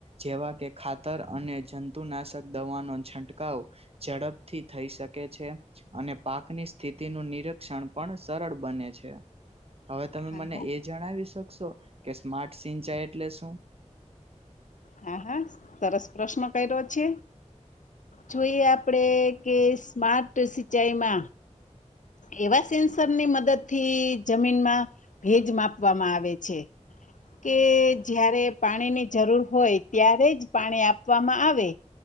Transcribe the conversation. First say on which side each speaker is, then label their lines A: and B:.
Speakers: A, on the right; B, on the left.
A: જેવા કે ખાતર અને જંતુનાશક દવાનો છંટકાવ, ઝડપથી થઈ શકે છે. અને પાકની સ્થિતિનું નિરીક્ષણ પણ સરળ બને છે. હવે તમે
B: હા
A: મને
B: હા
A: એ જણાવી શકશો કે સ્માર્ટ સિંચાઈ એટલે શું?
B: હા હા સરસ પ્રશ્ન કર્યો છે. જોઈએ આપણે કે સ્માર્ટ સિંચાઈમાં, એવા સેન્સરની મદદ થી જમીનમાં ભેજ માપવામાં આવે છે, કે જયારે પાણીની જરૂર હોય ત્યારે જ પાણી આપવામાં આવે,